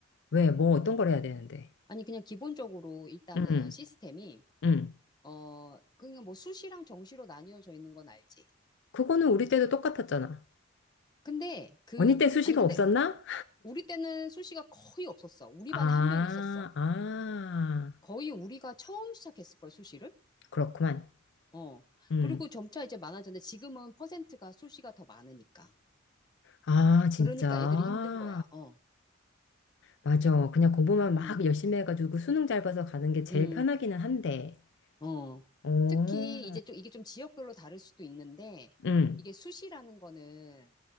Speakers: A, on the left; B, on the left.
A: 왜, 뭐 어떤 걸 해야 되는데?
B: 아니, 그냥 기본적으로 일단은
A: 응,
B: 시스템이,
A: 응.
B: 어, 그냥 뭐 수시랑 정시로 나뉘어져 있는 건 알지.
A: 그거는 우리 때도 똑같았잖아.
B: 근데 그,
A: 언니 때 수시가
B: 아니, 근데
A: 없었나?
B: 우리 때는 수시가 거의 없었어. 우리
A: 아,
B: 반에 한 명 있었어.
A: 아,
B: 거의 우리가 처음 시작했을걸, 수시를?
A: 그렇구만.
B: 어.
A: 음.
B: 그리고 점차 이제 많아졌는데 지금은 퍼센트가 수시가 더 많으니까.
A: 아, 진짜.
B: 그러니까 애들이 힘든 거야. 어.
A: 맞아. 그냥 공부만
B: 음,
A: 막 열심히 해가지고 수능 잘 봐서 가는 게 제일
B: 음,
A: 편하기는 한데.
B: 어.
A: 오,
B: 특히 이제 좀 이게 좀 지역별로 다를 수도 있는데
A: 음,
B: 이게 수시라는 거는